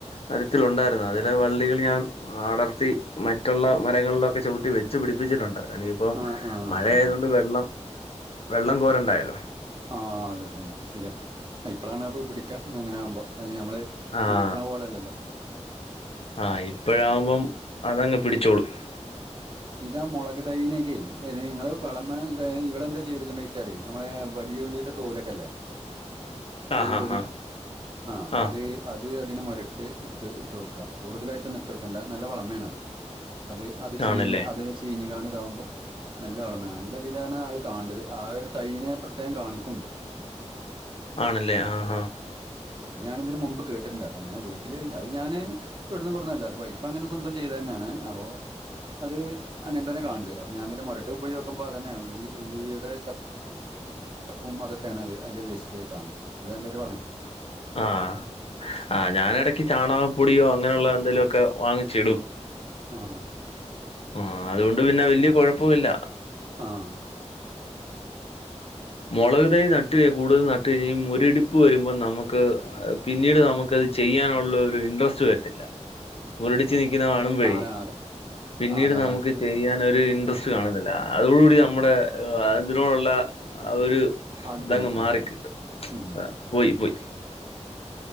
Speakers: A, on the left; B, on the right.
A: മരത്തില് ഉണ്ടായിരുന്നു, അതിലെ വള്ളികൾ ഞാൻ- പടർത്തി മറ്റുള്ള മരങ്ങളിലൊക്കെ ചവിട്ടി വെച്ച് പിടിപ്പിച്ചിട്ടുണ്ട്. നിയിപ്പം
B: ആ ആ ആ.
A: മഴ ആയതൊണ്ട് വെള്ളം വെള്ളം കോരണ്ടായോ?
B: ആഹാ അത് ശരി ശരിയാ ഇപ്പ- ളാണ്പ്പോ പിടിക്ക, ഇങ്ങനെയാകുമ്പോ അത് ഞമ്മള്.
A: ആഹാ
B: നനക്കണ പോലെയല്ലല്ലോ.
A: ആഹാ ഇപ്പഴാവുമ്പം അതങ്ങ് പിടിച്ചോളൂം.
B: ഇതാ മുളക് തൈയനോക്കെ നിങ്ങള് വളമ എന്ത ഇവിടെ എന്താ ചെയ്ത്ക്ണ് ന്നേച്ചാല്, നമ്മളെ വലിയുള്ളിത്തേ- തോലോക്കല്ലേ - തൊലി,
A: ആഹ്
B: തൊലി
A: ഹാ ഹാ
B: ആഹാ
A: ആഹ്
B: അത് - അത് അതിന് മുരട്ട് ഇട്ട് ഇട്ട്ട്ക്ക കൂടുതലായിട്ടൊന്നും ഇട്ട്ടുക്കണ്ട നല്ല വളമേണത് അത് അത് ചീ
A: ആണല്ലേ
B: അത് ചീഞ്ഞ് കാണ്ട്താവുമ്പോ. നല്ല വളമേ നല്ല തിലാണ് അത് കണണ്ടത് ആ ഒരു തയ്യ്നെ പ്രത്യേകം കാണിക്കും.
A: ആണല്ലേ ആ.
B: ഞാാനതിന് മുമ്പ് കേട്ടിട്ടണ്ടാരുന്നു ഇങ്ങനെ വീട്ടില് അത് ഞാന്. വടുംന്നുംകൊടന്നല്ല അത് വൈഫ് അങ്ങനെ സ്വന്തം ചെയ്തന്നെയാണ് അപ്പൊ. അത് അങ്ങനെ തന്നെ കാണണ ഞാനയിന്റെ മുരട്ടിൽ പോയക്കുമ്പോ അതന്നെണ് ഉള്ളിയുടെ. <inaudible> മ്തൊക്കെയാണ് അതിൻന്റെ വേസ്റ്റ് വരുകഅ നല്ലൊരു വള്
A: ആഹ ആ ഞാാനടക്ക് ചാണക പൊടിയോ അങ്ങനെയുള്ള എന്തേലൊക്കെ വാങ്ങിച്ചിടും.
B: ആ.
A: ആ അതുകൊണ്ട് പിന്നെ വല്ിയ കുഴപ്പവില്ല.
B: ആഹ.
A: മുളക്ു തൈ നട്ടുകഴ കൂടുതൽ നട്ട് കഴിഞ്ഞാഈ. ഒരടിപ്പ് വരുമ്പോ നമുക്ക് പിന്നീട് നമുക്കത് ചെയ്യാനുള്ള ഒരു ഇൻട്രസ്റ്റ് വരുന്നില്ല മൊട്ടി <unintelligible> തിങ്ങനെ കാണുമ്പഴേ
B: അതാണ് അത
A: പിന്നീട്
B: ആഹ് അത അതാ
A: നമുക്ക് <inaudible> ചെയ്യാൻര്ഇൻട്രസ്റ്റ് കാണത്തില്ല അതോടുകൂടി നമ്മുടെ അതിനോടുള്ള ആ ഒരു.
B: അവിടെ
A: ഇതങ്
B: പോയി
A: മാറിിക്കട്ടും
B: ഉം ഉം
A: പോയി പോയി.